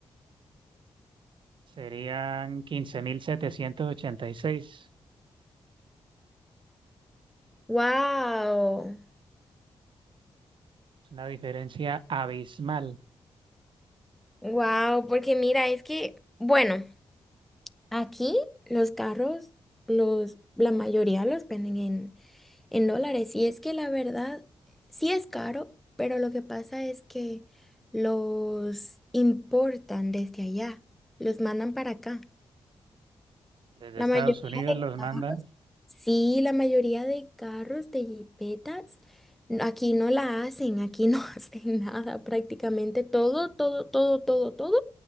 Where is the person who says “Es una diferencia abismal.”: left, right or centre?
Right